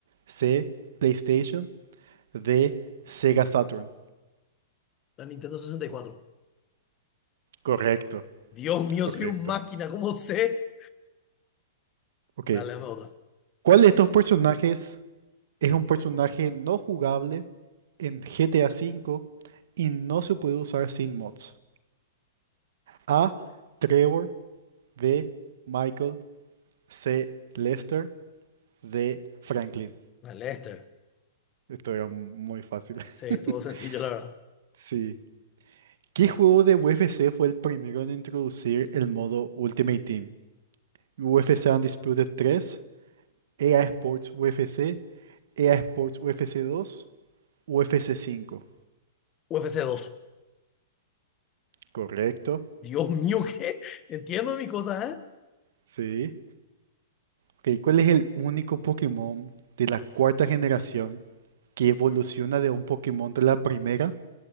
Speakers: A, on the right; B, on the left.
A: C, PlayStation. D, Sega Saturn.
B: La Nintendo sesenta y cuatro.
A: Correcto,
B: Dios mío,
A: correcto.
B: soy un máquina, ¿cómo sé?
A: Ok.
B: Dale, dame otra.
A: ¿Cuál de estos personajes es un personaje no jugable en GTA V y no se puede usar sin mods? A, Trevor. B, Michael. C, Lester. D, Franklin.
B: La Lester.
A: Esto era muy fácil.
B: Sí, estuvo
A: <laughs>
B: sencillo, la verdad.
A: Sí. ¿Qué juego de UFC fue el primero en introducir el modo Ultimate Team? UFC Undisputed 3, EA Sports UFC, EA Sports UFC 2, UFC cinco.
B: UFC dos.
A: Correcto.
B: Dios mío, <laughs> ¿qué? Entiendo mis cosas, ¿eh?
A: Sí. Ok, ¿cuál es el único Pokémon de la cuarta generación que evoluciona de un Pokémon de la primera